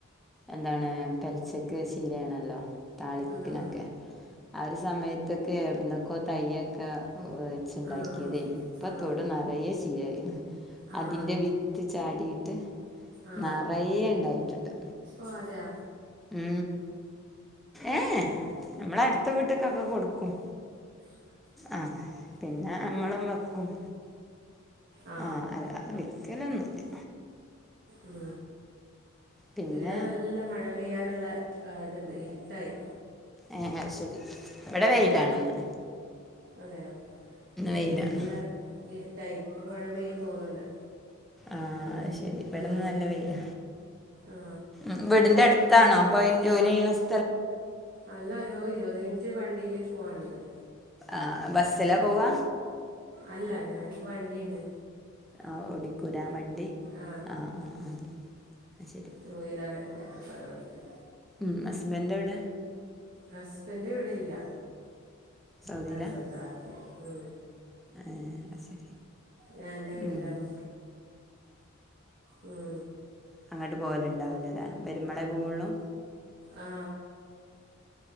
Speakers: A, in the centre; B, on the right.
A: എന്താണ് പെലച്ചക്ക് ശീലയാണല്ലോ താളിപ്പിനൊക്കെ
B: ഉം.
A: ആ ഒരു സമയത്ത് തൊക്കെ എവിടുന്നക്കോ തയ്യൊക്കെ ഓ വെച്ച്ണ്ടാക്കിയത്
B: ആ
A: ഇനി ഇപ്പത്തൊടു
B: ആ
A: നറയേ ചീരായിണ്
B: ആ
A: അതിന്റെ വിത്ത് ചാടിയിട്ട്
B: ആ
A: നറയെ ഉണ്ടായിട്ടുണ്ട്
B: ഓ അതെയ
A: ഉ ഏ നമ്മള അടുത്ത വീട്ടക്കൊക്കെ കൊടുക്കും ആഹ് പിന്നെ നമ്മളും വെക്കും
B: ആ
A: ആഹ് അല്ലതെ വിൽക്കലൊന്നുല്ല
B: ഉ
A: പിന്നെ
B: ഇവടെ നല്ല മഴ പെയ്യാനുള്ള ഇതുണ്ട് ഇരുട്ടായി
A: എ ഏ അയ്ശരി ഇവിടെ വെയിലാണന്ന്
B: അതെയ ഇവിടെ
A: വെയിലാണ്
B: നല്ല ഇരട്ടായി ഇപ്പ മഴ പെയ്യും തോന്ന്ണ്ട്
A: ആഹ് ശരി ഇവിടന്ന്
B: ഉം.
A: നല്ല വെയില
B: ആ
A: ഉ വീടിന്റെ അടു താണോ അപ്പൊ ഈ ജോലി ചെയ്യണ സ്
B: അല്ല ഒരു ഇരുപത് മിനിറ്റ് വണ്ടിയില് പോവാനുണ്ട്
A: ആഹ് ബസ്സിലാ പോവാ
B: അല്ല ഞാൻക്ക് വണ്ടിണ്ട്
A: ആഹ് ഓടിക്കുലാവണ്ടി
B: ആ
A: ആഹ് ആഹ് ആഹ് ആ ശരി
B: ടു വീലറിട് അപ്പ അത് ഓടിക്കും
A: മം ഹസ്ബൻഡ് എവിടെ
B: ഹസ്ബൻ് ഇവിടെ ഇല്ല
A: സൗദിയിലാ
B: വേറെ സ്ഥലത്ത വർക്കിയുനത് ഉ
A: ഏഹ് അയ് ശരി
B: ഞാൻ എന്റെ വീട്ടിലാണ്
A: ഉം
B: ഉം
A: അങ്ങട്ട് പോവലുണ്ടാവലില്ലേ വരുമ്പളേ പോവുള്ളൂ
B: ആ